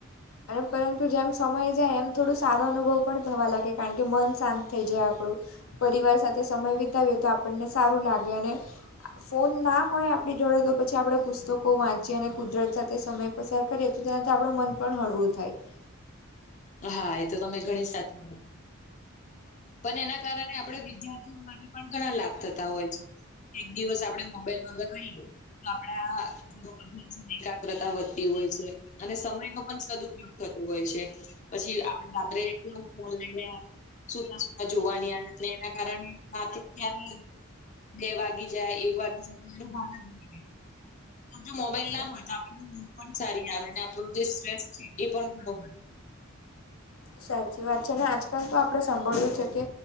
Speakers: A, on the left; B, on the left.
A: અને પરંતુ જેમ સમય જાય એમ થોડું સારો અનુભવ પણ થવા લાગે કારણ કે મન શાંત થઈ જાય આપણું. પરિવાર સાથે સમય વિતાવીએ તો આપણને સારું લાગે અને ફોન ના હોય આપણી જોડે તો પછી આપણે પુસ્તકો વાંચીએ અને કુદરત સાથે સમય પસાર કરીએ તો તેનાથી આપણું મન પણ હળવું થાય.
B: હા એ તો તમે ઘણી સાચી પણ એના કારણે આપણેે વિદ્યાર્થીઓ માટે પણ ઘણા લાભ થતા હોય છે. એક દિવસ આપડે મોબાઈલ વગર રહીએે. તો આપણા ઘ અભ્યાસ એકાગ્રતા વધતી હોય છે. અને સમયનો પણ સદઉપયોગ થતો હોય છે પછી આપણે રાત્રે એકદમ ફોન લઈને સુતા સુતા જોવાની આદત ને એના કારણે વાત ત્યારે બે વાગી જાય એક વાગે જાય તો સીધો ફોન મુકી દે. તો જો મોબાઈલ
A: સા-
B: ના હોય તો આપને મ પણ સારી આવે આપણ જે સ્ટ્રેસ છે એ પણ બરોબર
A: સાચી વાત છે અને આજકાલ તો આપણે સાંભળ્યું છે કે.